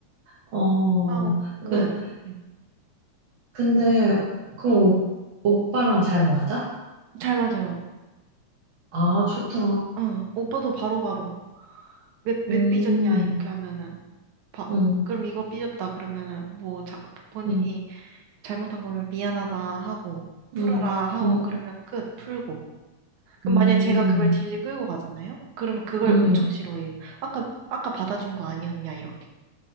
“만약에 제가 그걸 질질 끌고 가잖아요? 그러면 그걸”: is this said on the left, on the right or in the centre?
Right